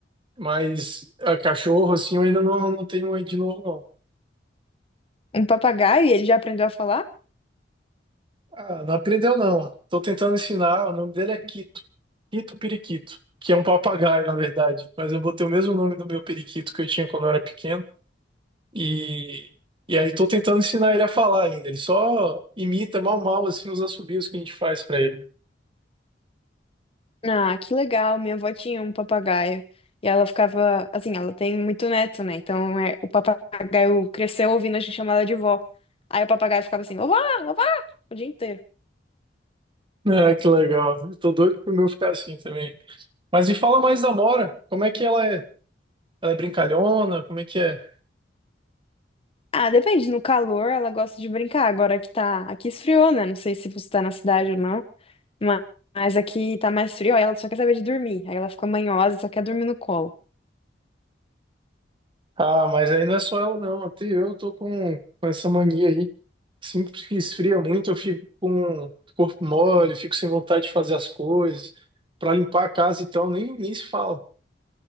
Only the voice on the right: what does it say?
Mas ah, cachorro, assim, eu ainda não, não tenho aí de novo, não.
Ah, não aprendeu, não. Tô tentando ensinar. O nome dele é Quito. Quito Periquito, que é um papagaio, na verdade. Mas eu botei o mesmo nome do meu periquito que eu tinha quando eu era pequeno. E, e aí tô tentando ensinar ele a falar ainda. Ele só imita mal mal assim os assobios que a gente faz pra ele.
Ah, que legal. Eu tô doido pro meu ficar assim também. Mas me fala mais da Mora. Como é que ela é? Ela é brincalhona? Como é que é?
Ah, mas aí não é só ela não. Até eu tô com, com essa mania aí. Sempre que esfria muito, eu fico com o corpo mole, fico sem vontade de fazer as coisas. Pra limpar a casa, então, nem, nem se fala.